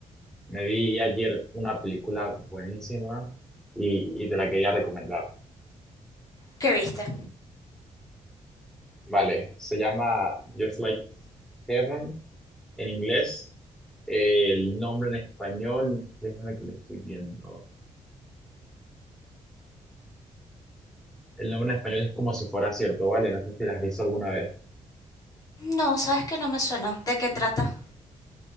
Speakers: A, in the centre; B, on the left.
A: me vi ayer una película buenísima y, y te la quería recomendar.
B: ¿Qué viste?
A: Vale, se llama Just Like Heaven en inglés. Eh, El nombre en español, déjame que lo estoy viendo. El nombre en español es como si fuera cierto, ¿vale? No sé si la has visto alguna vez.
B: No, sabes que no me suena. ¿De qué trata?